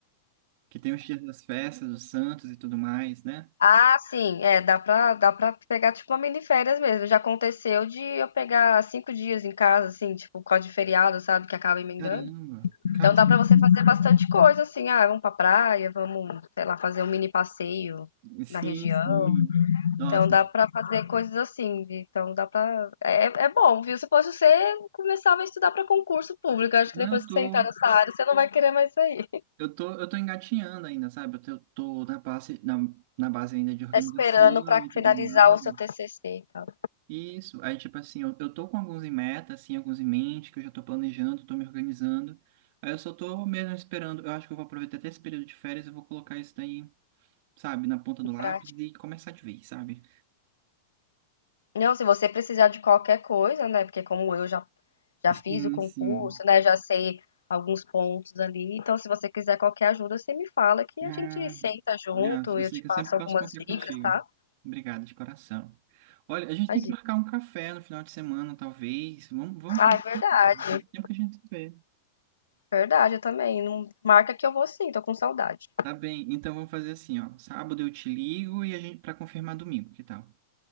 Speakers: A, on the right; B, on the left.
A: Que tem os dias das festas, dos santos e tudo mais, né?
B: Ah, sim, é, dá pra, dá pra pegar tipo uma mini férias mesmo. Já aconteceu de eu pegar cinco dias em casa, assim, tipo, por causa de feriado, sabe, que acaba emendando.
A: Caramba. Cara,
B: Então dá
A: sim,
B: pra você fazer bastante coisa, assim, ah, vamos pra praia, vamos, sei lá, fazer um mini passeio
A: sim.
B: na região.
A: sim. Nossa.
B: Então dá pra fazer coisas assim, vi? então dá pra. É, é bom, viu? Se fosse você, começava a estudar pra concurso público. Eu Acho
A: Não,
B: que depois
A: eu tô,
B: que você entrar nessa área, você não vai querer mais sair.
A: eu tô, eu tô engatinhando ainda, sabe? Eu tô, eu tô na base, na, na base ainda de organização
B: Tá esperando pra
A: e tudo
B: finalizar
A: mais.
B: o seu TCC e tal.
A: Isso, aí tipo assim, eu, eu tô com alguns em meta, assim, alguns em mente, que eu já tô planejando, tô me organizando. Aí eu só tô mesmo esperando, eu acho que eu vou aproveitar até esse período de férias, eu vou colocar isso daí, sabe, na ponta do lápis
B: Pra
A: e começar de vez, sabe?
B: Não, se você precisar de qualquer coisa, né? Porque como eu já, já
A: Sim,
B: fiz o concurso,
A: sim.
B: né? Já sei alguns pontos ali. Então, se você quiser qualquer ajuda, você me fala que a
A: Ah,
B: gente senta
A: ah,
B: junto,
A: eu
B: eu
A: sei
B: te
A: que
B: passo
A: eu sempre
B: algumas
A: posso contar
B: dicas,
A: contigo.
B: tá?
A: Obrigado, de coração. Olha, a gente tem
B: Imagina.
A: que marcar um café no final de semana, talvez. Vamos, vamos
B: Ah,
A: fazer
B: é verdade.
A: isso. Esse tempo que a gente se vê.
B: Verdade, eu também. Não marca que eu vou sim, tô com saudade.
A: Tá bem, então vamos fazer assim, ó. Sábado eu te ligo e a gente para confirmar domingo, que tal?